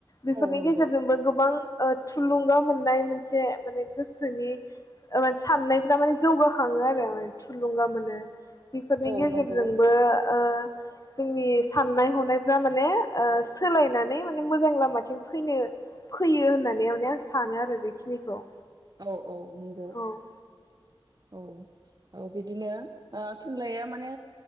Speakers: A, on the left; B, on the right.
A: बेफोरनि
B: औ नंगौ
A: गेजेरजोंबो गोबां ओ थुलुंगा मोननाय मोनसे माने गोसोनि म साननायफ्रा माने जौग खाङो आरो म थुलुंगा मोनो बेफोरनि
B: औ
A: गेजेरजोंबो
B: नंगौ
A: ओ जोंनि साननाय हनाय आं माने ओ सोलायनानै माने मोजां लामाथिं फैनो फैयो होननानै माने आं सानो आरो बेखिनिखौ।
B: औ औ नंगौ
A: औ
B: औ औ बिदिनो ओ थुनलाइया माने